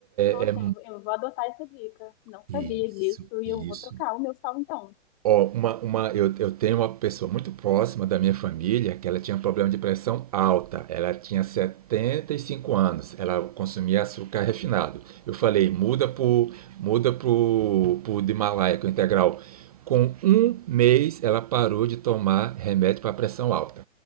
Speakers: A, on the left; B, on the right.
A: Nossa,
B: é, é é
A: eu, eu vou adotar essa dica. Não sabia
B: Isso,
A: disso e
B: isso.
A: eu vou trocar o meu sal então.
B: Ó, uma, uma, eu, eu tenho uma pessoa muito próxima da minha família que ela tinha um problema de pressão alta. Ela tinha 75 anos, ela consumia açúcar refinado. Eu falei, muda pro, muda pro, pro do Himalaia, que é o integral. Com um mês, ela parou de tomar remédio para pressão alta.